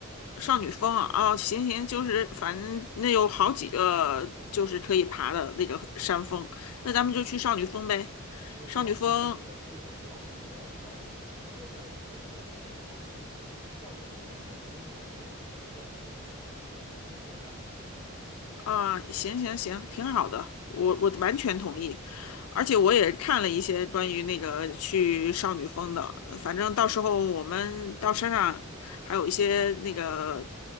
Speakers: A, on the left; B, on the right.
A: 少女峰啊，哦，行行，就是反正那有好几个就是可以爬的那个山峰，那咱们就去少女峰呗。
B: 因为布朗峰上次我去过，
A: 少女峰
B: 布朗峰的话有点高，然后带着小孩去我觉得不太方便。那个少女峰呢，咱们不用走路，直接坐缆车上去，很舒服，火车加缆车。
A: 啊，行行行，挺好的，我我完全同意，而且我也看了一些关于那个去少女峰的，呃反正到时候我们到山上还有一些那个